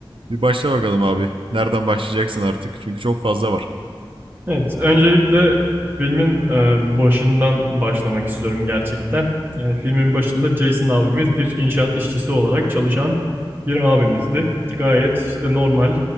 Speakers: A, on the right (about 75°); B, on the right (about 20°).
A: Bir başla bakalım abi. Nereden başlayacaksın artık? Çünkü çok fazla var.
B: Evet, öncelikle filmin, eee, başından başlamak istiyorum gerçekten. Yani, filmin başında Jason abimiz bir inşaat işçisi olarak çalışan bir abimizdi. Gayet, işte, normal,